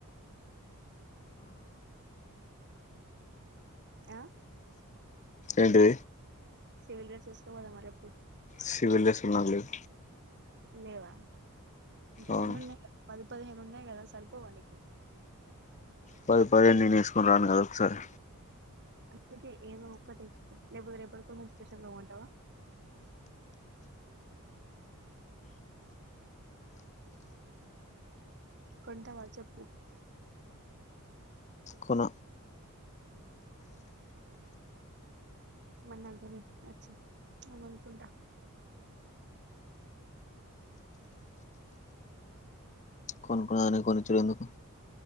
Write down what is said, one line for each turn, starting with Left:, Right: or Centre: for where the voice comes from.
Right: ఆ
Left: ఏంటిది
Right: సివిల్ డ్రెస్ వేస్కపోదామా రేపు
Left: సివిల్ డ్రెస్సులు నాకు లేవు
Right: లేవా గన్నున్నాయిగా
Left: అవును
Right: పది పదిహేను ఉన్నాయి గదా సరిపోవా నీకు
Left: పది పదిహేను నేను వేసుకోని రాను కదా ఒకసారి
Right: అందుకే ఏదో ఒకటి లేకపోతే రేపటికి నువ్వు స్పెషల్గా పో ఉంటావా కొంటావా చెప్పు
Left: కొన
Right: మరి నాకు కొనియ్యి వచ్చి నేను కొనుక్కుంటా
Left: కొనుక్కున్నదానికి
Right: ఒక్క నీ
Left: కొనిచ్చుడు ఎందుకు